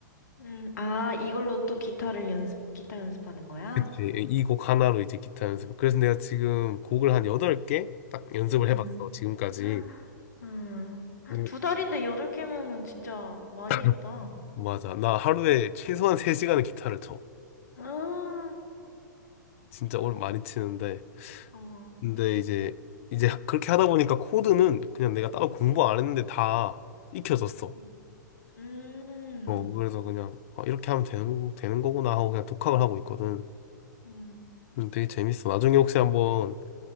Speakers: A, on the left; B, on the left.
A: 음. 아, 이걸로 또 기타를 연습, 기타 연습하는 거야?
B: 그치. 이 곡 하나로 이제 기타 연습. 그래서 내가 지금 곡을 한 8개 딱 연습을
A: 음,
B: 해봤어. 지금까지.
A: <gasps> 음.
B: 음.
A: 두 달인데 여덟 개면은 진짜 많이
B: <laughs>
A: 했다.
B: <clears throat> 맞아. 나 하루에 최소한 3시간은 기타를 쳐.
A: <gasps>
B: 진짜 오늘 많이 치는데.
A: 아, 어,
B: 근데 이제 이제 하- 그렇게 하다 보니까 코드는 그냥 내가 따로 공부 안 했는데 다 익혀졌어.
A: 음, 음,
B: 어, 그래서 그냥, 아, 이렇게 하면 되는, 되는 거구나 하고 그냥 독학을 하고 있거든.
A: 음,
B: 음, 되게 재밌어. 나중에 혹시 한번